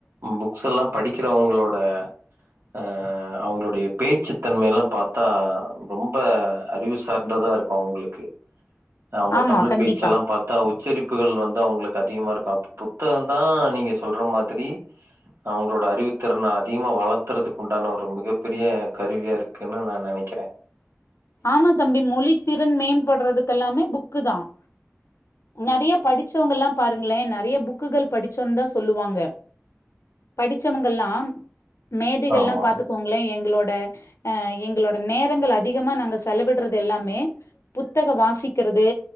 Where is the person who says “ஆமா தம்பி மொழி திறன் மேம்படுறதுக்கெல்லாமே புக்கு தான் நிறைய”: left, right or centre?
Left